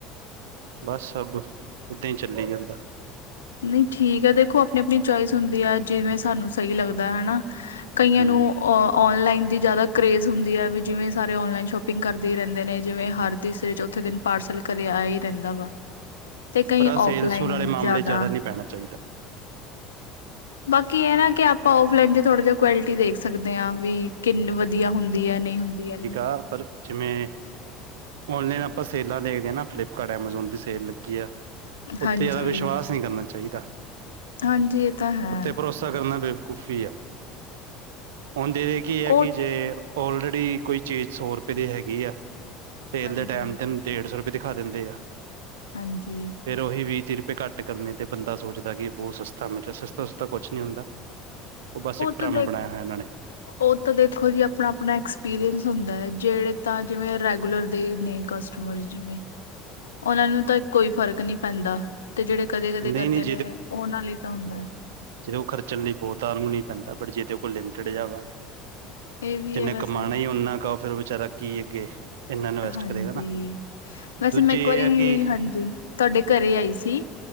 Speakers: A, on the right (about 70°); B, on the left (about 75°).
A: ਬਸ ਸਭ ਇਹੱਦਾਂ ਹੀ ਚੱਲੀ ਜਾਂਦਾ
B: ਨਹੀਂ ਠੀਕ ਹੈ ਦੇਖੋ ਆਪਣੀ ਆਪਣੀ ਚੋਇਸ ਹੁੰਦੀ ਆ ਜਿਵੇਂ ਸਾਨੂੰ ਸਹੀ ਲੱਗਦਾ ਹਨਾ ਕਈਆਂ
A: ਹੂੰ
B: ਨੂੰ ਅ ਔਨਲਾਈਨ ਦੀ ਜ਼ਿਆਦਾ ਕਰੇਜ਼ ਹੁੰਦੀ ਆ ਵੀ ਜਿਵੇਂ ਸਾਰੇ ਔਨਲਾਈਨ ਸ਼ੋਪਿੰਗ ਕਰਦੇ ਈ ਰਹਿੰਦੇ ਨੇ ਜਿਵੇਂ ਹਰ ਤੀਸਰੇ ਚੌਥੇ ਦਿਨ ਪਾਰਸਲ ਘਰੇ ਆਇਆ ਹੀ ਰਹਿੰਦਾ ਵਾ ਤੇ ਕਈ
A: ਪਰ ਆਹ
B: ਔਫਲਾਈਨ
A: ਸੇਲ ਸੂਲ ਵਾਲੇ ਮਾਮਲੇ
B: ਜ਼ਿਆਦਾ
A: ਨਹੀਂ ਪੈਣਾ ਚਾਹੀਦਾ
B: ਬਾਕੀ ਇਹ ਨਾ ਕਿ ਆਪਾਂ ਔਫਲਾਈਨ ਚ ਥੋੜਾ ਜਹਾ ਕੁਆਲਿਟੀ ਦੇਖ ਸਕਦੇ ਹਾਂ ਵੀ ਕਿੰਨ ਵਧੀਆ ਹੁੰਦੀ ਹੈ ਨਹੀਂ ਹੁੰਦੀ ਹੈ ਨਹੀਂ
A: ਹਾਂ, ਪਰ। ਜਿਵੇਂ, ਔਨਲਾਈਨ ਆਪਾਂ ਸੇਲਾਂ ਦੇਖਦੇ ਹਾਂ ਨਾ, ਫਲਿਪਕਾਰਟ, ਐਮਾਜੋਨ ਦੀ ਸੇਲ ਲੱਗੀ ਆ। ਉੱਥੇ
B: ਹਾਂਜੀ
A: ਜ਼ਿਆਦਾ ਵਿਸ਼ਵਾਸ ਨਹੀਂ ਕਰਨਾ ਚਾਹੀਦਾ।
B: ਹਾਂਜੀ, ਇਹ ਤਾਂ ਹੈ।
A: ਉੱਤੇ ਭਰੋਸਾ ਕਰਨਾ ਬੇਵਕੂਫ਼ੀ ਐ, ਹੁੰਦੇ ਇ ਹੈ ਕੀ।
B: ਉਹ
A: ਤੇ ਆਲਰੇਡੀ ਕੋਈ ਚੀਜ਼ ਸੌ ਰੁਪਏ ਦੀ ਹੈਗੀ ਆ, ਸੇਲ
B: ਹਾਂਜੀ
A: ਦੇ ਟੈਮ ਤੇ। ਡੇਢ ਸੌ ਰੁਪਏ ਦਿਖਾ ਦਿੰਦੇ ਆ।
B: ਹਾਂਜੀ।
A: ਫੇਰ ਉਹੀ ਵੀਹ-ਤੀਹ ਰੁਪਏ ਘੱਟ ਕਰਨੇ, ਤੇ ਬੰਦਾ ਸੋਚਦਾ ਕਿ ਬਹੁਤ ਸਸਤਾ, ਮਤਲਬ ਸਸਤਾ ਸੁਸਤਾ ਕੁਛ ਨਹੀਂ ਹੁੰਦਾ। ਉਹ ਬਸ ਇੱਕ ਡਰਾਮਾਂ
B: ਤਾਂ ਦੇਖ
A: ਬਣਾਇਆ ਹੋਇਆ ਉਹਨਾਂ ਨੇ।
B: ਉਹ ਤਾਂ ਦੇਖੋ ਜੀ ਆਪਣਾ-ਆਪਣਾ ਐਕਸਪੀਰੀਅੰਸ ਹੁੰਦਾ ਹੈ, ਜਿਹੜੇ। ਤਾਂ ਜਿਵੇਂ, ਰੈਗੂਲਰ ਦੇ ਨੇ ਕਸਟਮਰ ਜਿਵੇਂ। ਉਹਨਾਂ ਨੂੰ ਤਾਂ ਕੋਈ ਫ਼ਰਕ ਨਹੀਂ ਪੈਂਦਾ, ਤੇ ਜਿਹੜੇ ਕਦੇ ਕਦੇ
A: ਨਹੀਂ
B: ਕਰਦੇ
A: ਨਹੀਂ
B: ਨੇ, ਉਹਨਾਂ ਲਈ ਤਾਂ ਹੁੰਦਾ ਹੈ।
A: ਜੇਹੜੇ ਉਹ ਖਰਚਣ ਲਈ ਬਹੁਤਾਂ ਨੂੰ ਨੀ ਪੈਂਦਾ, ਬਟ ਜੀਹਦੇ ਕੋਲ ਲਿਮਿਟਡ ਜਾ ਵਾ।
B: ਇਹ ਵੀ
A: ਜਿੰਨੇ
B: ਹੈ ਵੈਸੇ
A: ਕਮਾਉਣਾ ਈ ਓਨਾ ਕੁ ਆ, ਫੇਰ ਵਿਚਾਰਾ ਕੀ ਅੱਗੇ। ਇੰਨਾ ਇਨਵੈਸਟ
B: ਹਾਂਜੀ,
A: ਕਰੇਗਾ ਨਾ
B: ਵੈਸੇ
A: ਦੂਜੀ
B: ਮੈਂ ਇੱਕ
A: ਇਹ
B: ਵਾਰੀ,
A: ਹੈ ਕਿ
B: ਹਾਂਜੀ। ਤੁਹਾਡੇ ਘਰੇ ਆਈ ਸੀ,